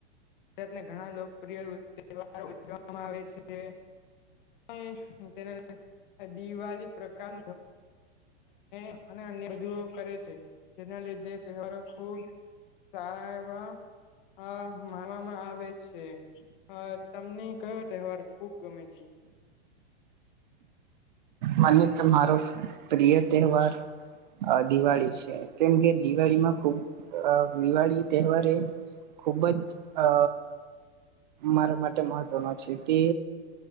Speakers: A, on the left; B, on the right.
A: ગુજરાત ઘણા લોકપ્રિય તહેવારો ઉજવામાં આવે છે. <inaudible> તેના દિવાળી પ્રકાર <inaudible> બધુ કરે છે જેના લીધે તહેવારો ખુબ સારા એવા અ માણવામાં આવે છે અ તમને કયો તહેવાર ખુબ ગમે છે.
B: મને તો મારો પ્રિય તહેવાર દિવાળી છે કેમકે દિવાળીમાં ખુબ અ દિવાળી તહેવાર એ ખુબ જ અ મારા માટે મહત્વનો છે તે